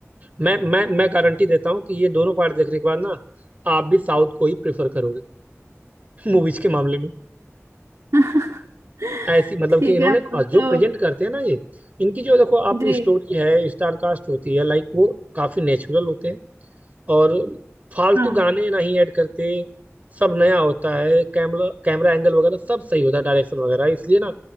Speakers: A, on the right; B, on the right.
A: मैं मैं मैं गारंटी देता हूँ कि ये दोनों पार्ट देखने के बाद ना आप भी साउथ को ही प्रेफर करोगे <laughs> मूवीज के मामले में
B: <laughs>
A: ऐसी मतलब
B: ठीक
A: कि इन्होंने
B: है आपको
A: और
B: तो
A: जो प्रेजेंट करते हैं ना ये इनकी जो देखो आप
B: जी
A: स्टोरी है स्टार कास्ट होती है लाइक वो काफी नेचुरल होते हैं और फालतू
B: हाँ
A: गाने नहीं ऐड करते सब नया होता है कैमरा कैमरा एंगल वगैरह सब सही होता है डायरेक्शन वगैरह इसलिए ना